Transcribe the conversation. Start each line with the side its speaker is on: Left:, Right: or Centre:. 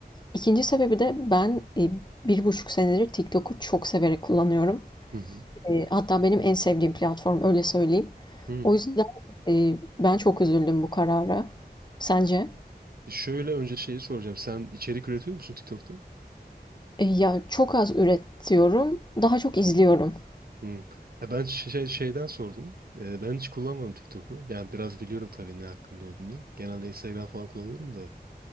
Left: İkinci sebebi de ben, e, bir buçuk senedir TikTok'u çok severek kullanıyorum.
Right: Hı hı.
Left: Eee, hatta benim en sevdiğim platform, öyle söyleyeyim.
Right: Hı.
Left: O yüzden, eee, ben çok üzüldüm bu karara. Sence?
Right: E Şöyle önce şeyi soracağım. Sen içerik üretiyor musun TikTok'ta?
Left: Eee, ya, çok az üretiyorum, daha çok izliyorum.
Right: Hı. Ya ben şey, şeyden sordum. Ee, ben hiç kullanmadım TikTok'u. Yani biraz biliyorum tabii ne hakkında olduğunu. Genelde Instagram falan kullanıyorum da.